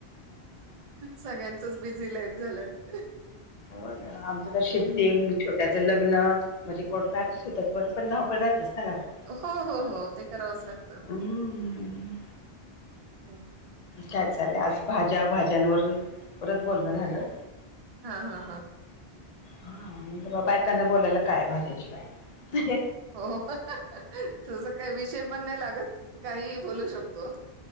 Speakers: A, on the right; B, on the left.
A: नाही सगळ्यांचच बिझी लाईफ झालंय
B: आमचं तर शिफ्टिंग
A: हम्म.
B: छोट्याचं लग्न म्हणजे कोर्ट मॅरेजच होत पण धावपळच राहतेच ना घरात
A: हो हो हो ते करावंच लागतं
B: हम्म.
A: हम
B: काय चाललंय आज भाज्या भाज्यांवरच परत बोलणं झालं
A: हा हा हा
B: हा बायकांना बोलायला काय भाज्यांन शिवाय
A: हो हहह तस काही विषय पण नाही लागत काहीही बोलू शकतो